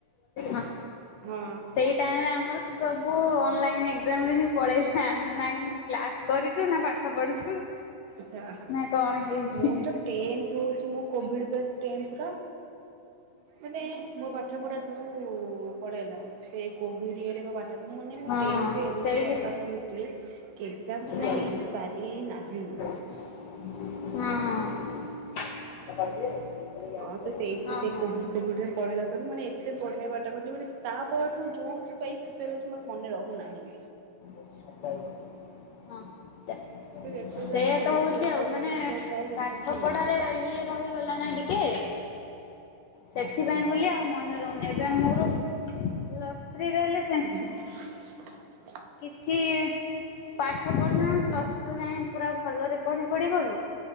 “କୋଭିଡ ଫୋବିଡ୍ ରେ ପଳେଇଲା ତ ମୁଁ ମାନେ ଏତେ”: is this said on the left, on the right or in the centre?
Right